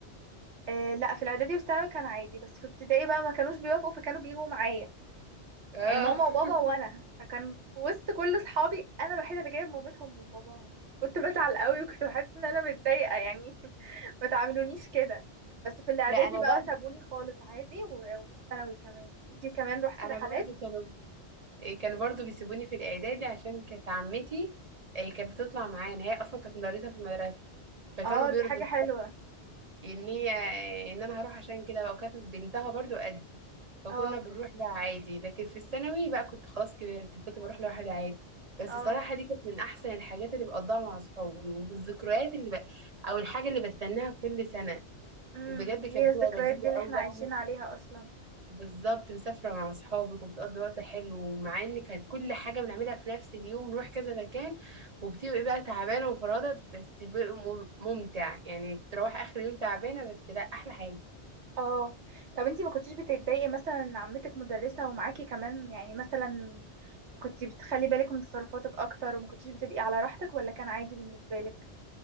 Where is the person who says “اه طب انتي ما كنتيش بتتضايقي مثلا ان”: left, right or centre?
Right